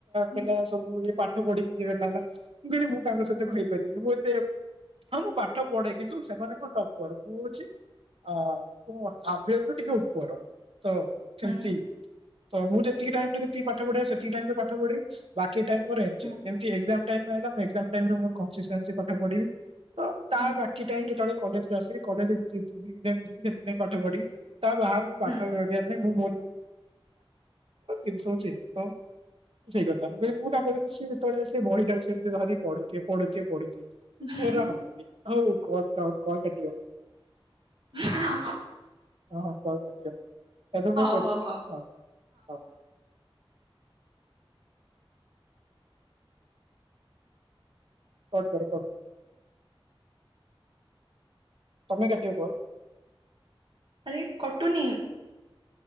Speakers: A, on the right; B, on the right.
A: ହୁଁ
B: ପିଲା ସବୁ ପା ପାଠ ପଢିକି ଏ ଗଲା ହେଲା ମୁଁ କହିଲି ମୁଁ ତାଙ୍କ ସହିତ କହିପାରିବିନି ମୁଁ ଏତେ ହଁ ମୁଁ ପାଠ ପଢେ କିନ୍ତୁ ସେମାନେ କଣ ଟପର ମୁଁ ହଉଛି ଅ କ ଆବଜ ବି ଟିକେ ଉପର ତ
A: ହୁଁ
B: ସେମିତି ଇ ତ ମୁଁ ଯେତିକି ଟାଇମ ରେତିକି ପାଠ ପଢିବା ସେତିକି ଟାଇମ ପାଠ ପଢିବି ବାକି ଟାଇମ
A: ହୁଁ
B: ପାଠ ପଢିବି ଯେତେବେଳେ ତା
A: ହୁଁ।
B: ବାକି ଟାଇମ୍ ଯେତେବେଳେ କଲେଜ ଯିବି ସେଥିପାଇ ପାଠ ପଢି ତା ବାହାରୁ ମୁଁ ପାଠ
A: ହୁଁ।
B: ପାଇଁ ମୁଁ <unintelligible> ସେଇ କଥା ମୁଁ କହିଲି ମୁଁ ତାଙ୍କରେ ସେ ଯେତେବେଳେ ସେ ବହିାକୁମିତି ଧରି ପଢଥିବ ପଢୁଥିବ ପଢୁଥିବେ
A: ହୁଁ।
B: ମୋର ହବନି ହଉ କ କ କଲ କାଟିିବ।
A: <inaudible>
B: ହଁ ହଁ କଲ କଟିଗଲା। ଏବେ
A: ହଉ
B: ମୁଁ କରିବି
A: ହଉ
B: ହଁ ହଁ। କଟ୍ କର କଟ୍ କର। ତମେ କାଟିବ କଲ୍?
A: ଏ କଟୁନି।